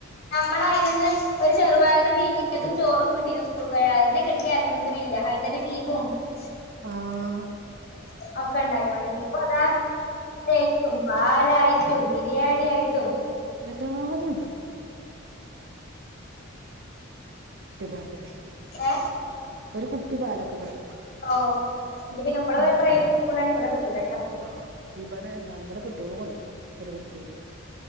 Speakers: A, on the left; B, on the right.
A: നമ്മളയി നിന്ന് ഒരു ചെറുപയർ പിങ്ങ <unintelligible>
B: ആഹ
A: <unintelligible> ട്ടും ബിരിയാണി ആയിട്ടും
B: <unintelligible> കുപ്പി പാല്
A: ഏ
B: ഒരു കുപ്പി പാലൊക്കെ കിട്ടും.
A: <unintelligible>
B: ഉം ആഹ് ഇവിടെ നവിടെ കിട്ട്യാള് കൊണ്ടും ഒരു കുപ്പിയില്